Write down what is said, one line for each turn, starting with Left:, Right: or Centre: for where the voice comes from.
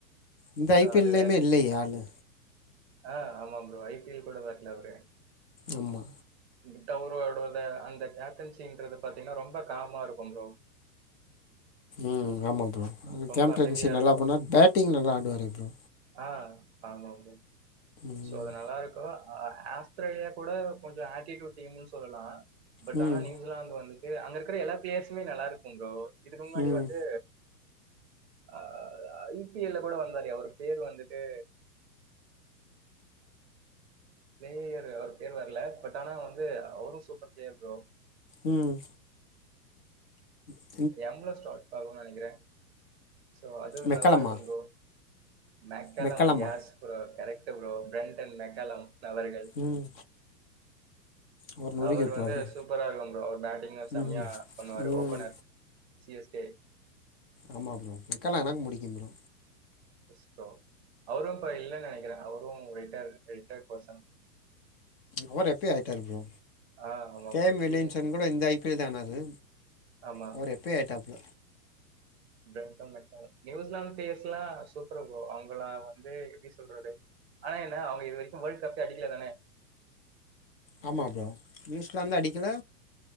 Left: இந்த
Right: சோ
Left: ஐ பி
Right: அது
Left: எல் லயுமே
Right: வேற.
Left: இல்லையே ஆளு
Right: ஆ ஆமாம் ப்ரோ ஐ பி எல் கூட வர்ல அவரு
Left: ஆமா
Right: கிட் அவரு அவரோட அந்த கேப்டன்சின்றத பாத்தீங்னா ரொம்ப காமா இருக்கு ப்ரோ
Left: ம் ஆமா ப்ரோ ம்
Right: ரொம்ப
Left: கேம்டபின்சி
Right: அமைதியா இருக்கும்.
Left: நல்லா பன்னுவார் பேட்டிங் நல்லா ஆடுவாரே ப்ரோ
Right: ஆ ஆமா ப்ரோ
Left: ம்
Right: சோ அது நல்லா இருக்கு ஆ அஸ்திரேலியா கூட கொஞ்ச ஆட்டிட்யூட் டீமுன் சொல்லலா பட்
Left: ம்
Right: ஆனா நியூஸ்லாந்து வந்துட்டு அங்க இருக்கிற எல்லா பிளேயர்ஸுமே நல்லா இருக்கும் ப்ரோ இதுக்கு முன்னாடி
Left: ம்
Right: வந்து ஆ ஐ பி எல் ல கூட வந்தாரே அவரு பேரு வந்துட்டு பிளேயரு அவர் பேரு வர்ல பட் ஆனா வந்து அவரு சூப்பர் பிளேயர் ப்ரோ
Left: ம் ம்
Right: எம்ல ஸ்டார்ட் ஆகுன் நெனைக்கிறே சோ அது
Left: மெக்கலம்மா
Right: நல்லா இருக்கு ப்ரோ மெக்கலன்
Left: மெக்கலம்மா
Right: yes bro correct bro Brendon McCullum அவர்கள்
Left: ம் அவர் நொறுக்கி
Right: அவரு
Left: விட்ருவாரு
Right: வந்து சூப்பரா இருக்கு ப்ரோ பேட்டிங்லா செம்மையா
Left: ம்
Right: பண்ணுவாரு
Left: ம்
Right: ஓப்பனர் சி எஸ் கே
Left: ஆமா ப்ரோ மெக்கல்லா எனக்கு புடிக்கு ப்ரோ
Right: எஸ் ப்ரோ அவரு இப்ப இல்லன் நெனைக்கிறே அவரு ரிட்டைர் ரிட்டைர்டு பெர்சன்
Left: அவரு எப்பயோ ஆயிட்டாரு ப்ரோ
Right: ஆ ஆமா
Left: கேம்
Right: ப்ரோ
Left: வில்லியம்சன்
Right: சீனியர்
Left: கூட இந்த ஐ பி எல் தா ஆனாரு
Right: ஆமா
Left: அவரு எப்பயோ ஆயிட்டாப்ல
Right: பிரன்டன் மெக்கல்லா நியூஸ்லாந்து ப்ளேயர்ஸ்லா சூப்பரு ப்ரோ அவங்களா வந்து எப்டி சொல்றது ஆனா என்ன அவுங்க இது வரைக்கு வேல்டு கப்பே அடிக்கலதானே
Left: ஆமா ப்ரோ நியூஸ்லாந்து அடிக்கல